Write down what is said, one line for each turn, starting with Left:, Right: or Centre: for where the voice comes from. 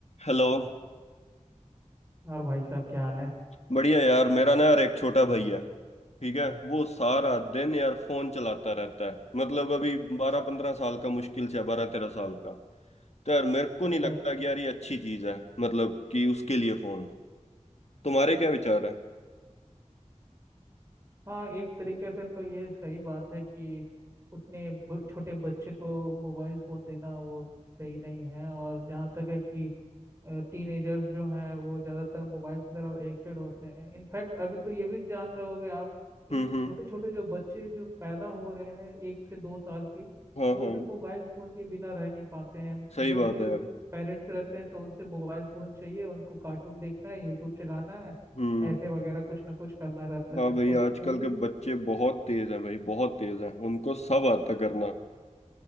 Left: Hello
Right: और भाई साहब क्या हाल है
Left: बढ़िया यार मेरा ना यार एक छोटा भाई है ठीक है वो सारा दिन यार फोन चलाता रहता है मतलब अभी बारह पंद्रह साल का मुश्किल से बारह तेरह साल का तो यार मेरे को नहीं
Right: सच
Left: लगता कि यार ये अच्छी चीज है मतलब कि उसके लिए फोन तुम्हारे क्या विचार है
Right: हाँ एक तरीके से तो ये सही बात है कि उतने ब, छोटे बच्चे को मोबाइल फोन देना वो सही नहीं है और जहाँ तक है कि टीनेजर्स जो हैं वो ज़्यादातर मोबाइल की तरफ एडिक्टेड होते हैं इनफैक्ट अभी तो ये भी जान रहे होगे आप कि
Left: हम्म हम्म
Right: छोटे छोटे जो बच्चे जो पैदा हो रहे हैं एक से दो साल के
Left: हाँ
Right: वो
Left: हाँ
Right: भी मोबाइल फ़ोन के बिना रह नहीं पाते हैं
Left: सही
Right: जब
Left: बात
Right: भी
Left: है यार
Right: पेरेंट्स रहते हैं तो उनसे मोबाइल फ़ोन चाहिए उनको कार्टून देखना है यूट्यूब चलाना है
Left: हम्म
Right: ऐसे वगैरह कुछ ना कुछ करना रहता
Left: हाँ
Right: है
Left: भाई
Right: तो
Left: आजकल
Right: वो भी
Left: के बच्चे बहुत तेज हैं भाई बहुत तेज हैं उनको सब आता करना